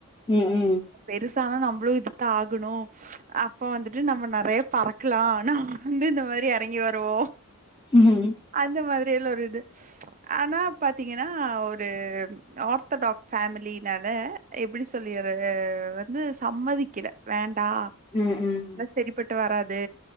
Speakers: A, on the left; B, on the right.
A: ம் ம்
B: பெருசானா நம்மளு இதுதான ஆகனு அப்ப வந்துட்டு நம்ம நெறைய பறக்கலா நம்மா வந்து இந்த மாரி எறங்கி வருவோ
A: ம்
B: அந்த மாரி எல்லா ஒரு இது ஆனா பாத்தீங்கன்னா ஒரு ஆர்த்தடாக் ஃபேமிலி நால எப்டி சொல்லிற வந்து சம்மதிக்கல வேண்டா
A: ம் ம்
B: செரிப்பட்டு வராது